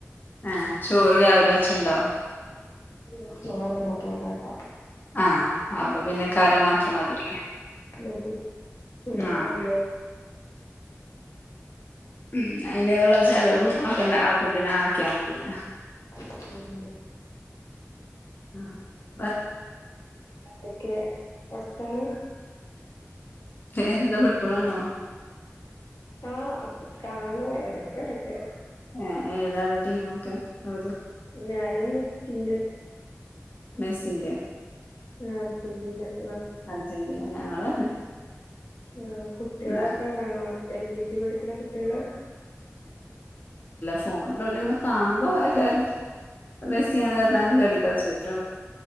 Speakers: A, on the left; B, on the left.
A: ആഹ ചോറ് രാവിലെ വെച്ചത് ഇണ്ടോ
B: ഇല്ല ചോറല്ല പോറാട്ട
A: ആഹ അപ്പോ പിന്നെ കറി മാത്രം മതിയല്ലോ
B: മതി പിന്നെ
A: ആഹ
B: ഉള്ള്
A: ഉ അയിനുള്ള ചെലവും <unintelligible> ഒ ക്കാണ്ട് അപ്പ തന്നെ ആക്കിയാൽ മതിയല്ലോ
B: ശ <inaudible>
A: ആ അ
B: ൊക്കെ വസ്ഥാന <inaudible>
A: വേറെന്താ ഫുട്ബോളാണോ
B: ആഹ കാണും ഇടക്കെടക്ക്
A: ഏ ഏതാണ് ടീമൊക്കെ <unintelligible> ങ്ങൾത്
B: ഞാനും മെസ്സിണ്ട്
A: മെസ്സി <unintelligible> ൻ്റെ
B: ആഹഛുന്നിന <inaudible>
A: അഞ്ചജ ഞങ്ങള് തന്നെ <inaudible>
B: <unintelligible> ആ കുട്ടികളൊക്കെ
A: ന്നാലും
B: കാണോ എൽ കെ ജി പഠിക്കുന്ന കുട്ടികളെ
A: ഫോണിന്റെ ഉള്ളിൽ ഇങ്ങനെ കാണുമ്പോ എല്ലാരും മെസ്സിയാണ് <unintelligible> കാരണം അനെ ക <unintelligible> നക്ഷത്ര